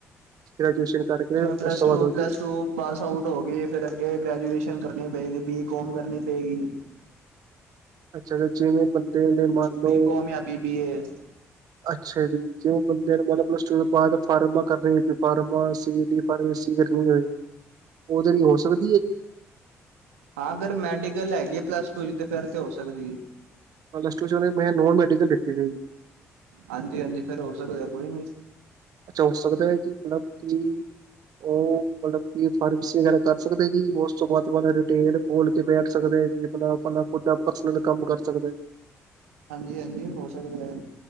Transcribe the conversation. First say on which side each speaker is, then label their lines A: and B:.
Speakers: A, on the right (about 60°); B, on the right (about 80°).
A: ਗ੍ਰੈਜੂਏਸ਼ਨ ਕਰਕੇ
B: ਜਿਵੇਂ ਪਲੱਸ
A: ਉਸ ਤੋਂ
B: ਟੂ,
A: ਬਾਅਦ ਹੋ ਜੀ
B: ਪਲੱਸ ਟੂ ਪਾਸ ਆਊਟ ਹੋ ਗਈ, ਫਿਰ ਅੱਗੇ ਗ੍ਰੈਜੂਏਸ਼ਨ ਕਰਨੀ ਪਏਗੀ ਬੀ ਕੌਮ ਕਰਨੀ ਪਏਗੀ
A: ਅੱਛਾ, ਜਿਵੇਂ ਬੰਦੇ ਦੇ ਮੰਨ ਲਓ
B: ਬੀ ਕੋਮ ਜਾਂ ਬੀ ਬੀ ਏ
A: ਅੱਛਾ ਜੀ, ਜੇ ਉਹ ਬੰਦੇ ਨੇ ਮਤਲਬ ਪੱਲਸ-ਟੂ ਤੋਂ ਬਾਅਦ ਫਾਰਮਾ ਕਰ ਰਹੇ ਫਾਰਮਾ ਸੀ ਡ ਉਹ ਸੀ ਕਰਨੀ ਹੋਵੇ, ਉਹਦੇ ਲੲੀ ਹੋ ਸਕਦੀ ਐ ਜੀ।
B: ਹਾਂ, ਅਗਰ ਮੈਡੀਕਲ ਹੈਗੀ ਐ ਪਲੱਸ-ਟੂ 'ਚ' ਤੇ ਫਿਰ ਤੇ ਹੋ ਸਕਦੀ ਐ।
A: ਪਲੱਸ ਟੂ 'ਚ'ਉਹਨੇ ਮੈਂ ਨੋਨ ਮੈਡੀਕਲ ਲੀਤੀ ਹੋਈ ਸੀਗੀ।
B: ਹਾਂਜੀ-ਹਾਂਜੀ ਫੇਰ ਹੋ ਸਕਦਾ ਕੋਈ ਨੀ
A: ਅੱਛਾ ਹੋ ਸਕਦਾ ਐ ਜੀ, ਮਤਲਬ ਕਿ ਉਹ ਮਤਲਬ ਕੀ ਫਾਰਮੇਸੀ ਵਗੈਰਾ ਕਰ ਸਕਦੇ ਜੀ, ਉਸ ਤੋਂ ਬਾਅਦਬ ਰਿਟੇਲ ਖੋਲ ਕੇ ਬੈਠ ਸਕਦੇ ਆ ਜੀ ਆਪਣਾ, ਆਪਣਾ ਪਰਸਨਲ ਕੰਮ ਕਰ ਸਕਦਾ ਆ ਜੀ।
B: ਹਾਂਜੀ-ਹਾਂਜੀ ਹੋ ਸਕਦਾ ਐ।